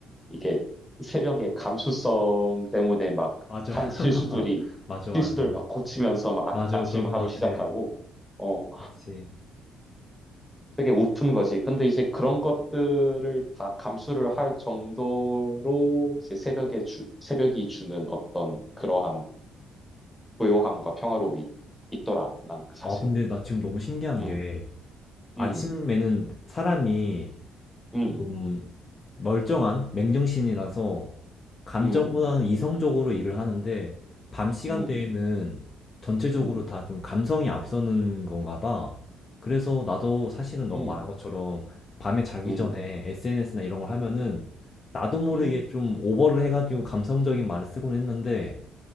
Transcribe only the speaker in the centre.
이게 새벽에 감수성 때문에 막
한 실수들이
실수들 막 고치면서 막 아,
아침
하루
시작하고
어,
되게 우픈 거지. 근데 이제 그런 것들을 다 감수를 할 정도로 이제 새벽에 주, 새벽이 주는 어떤 그러한 고요함과 평화로움이 있- 있더라. 나는 사실.
음,
음,
음,
음,
음,
음,
음,
음,
음,
음,